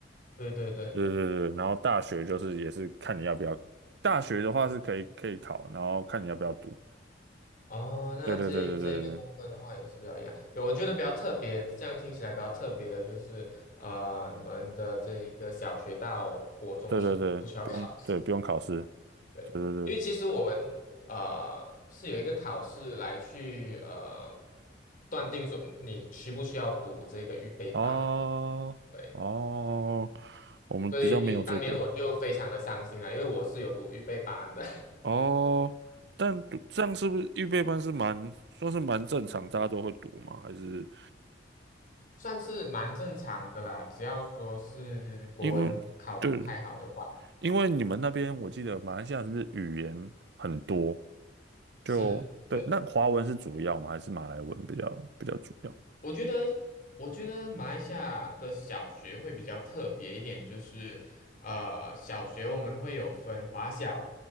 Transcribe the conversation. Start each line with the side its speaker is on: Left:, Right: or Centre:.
Left: 对对对，
Right: 对对对，然后大学就是也是看你要不要，大学的话是可以可以考，然后看你要不要读。
Left: 哦，那这这一个部分的话也是比较一样。
Right: 对对对对对
Left: 我觉得比较特别，这样听起来比较特别的就是，呃，你们的这一个小学到国中是不需要考试。
Right: 对对对对，不用对不用考试。
Left: 对，
Right: 对对对，
Left: 因为其实我们呃是有一个考试来去呃断定说你需不需要读这个预备班的、
Right: 哦哦，
Left: 对，
Right: 我们比较没有这个
Left: 所以当年我就非常的伤心了，因为我是有读预备班的，
Right: 哦，但读这样是不是预备班是蛮说是蛮正常，大家都会读吗？还是
Left: <laughs> 算是蛮正常的啦，只要说是国文考的不太好的话，
Right: 因为对，因为你们那边我记得马来西亚是不是语言很多？就对，
Left: 是。对。
Right: 那华文是主要吗？还是马来文比较比较主要？
Left: 我觉得，我觉得马来西亚的小学会比较特别一点，就是呃，小学我们会有分华小、